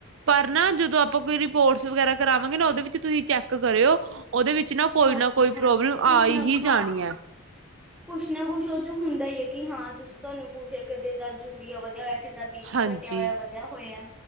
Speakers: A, on the right; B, in the centre.
A: ਪਰ ਨਾ ਜਦੋਂ ਆਪਾਂ ਕੋਈ ਰਿਪੋਰਟਸ ਵਗੈਰਾ ਕਰਾਵਾਂਗੇ ਨਾ ਉਹਦੇ ਵਿੱਚ ਤੁਸੀਂ ਚੈਕ ਕਰਿਓ ਓਦੇ ਵਿਚ ਨਾ ਕੋਈ
B: ਹਾਂਜੀ
A: ਨਾ ਕੋਈ
B: ਹਾਂਜੀ
A: ਪ੍ਰੋਬਲਮ
B: ਕੁਛ
A: ਆਈ
B: ਨਾ
A: ਹੀ
B: ਹਾਂ
A: ਜਾਣੀ ਐ।
B: ਕੁਛ ਨਾ ਕੁਛ ਉਹ ਚ ਹੁੰਦਾ ਹੀ ਹੈ, ਕਿ ਹਾਂ ਤੁਸੀਂ ਤੁਹਾਨੂੰ ਕੁਛ ਹੈ ਕਦੇ ਤਾਂ ਯੂਰੀਆ ਵਧਿਆ ਹੋਇਆ। ਕਿਸ ਦਾ ਬੀ ਪੀ
A: ਹਾਂਜੀ
B: ਘੱਟਿਆ ਹੋਇਆ ਵਧਿਆ ਹੋਇਆ,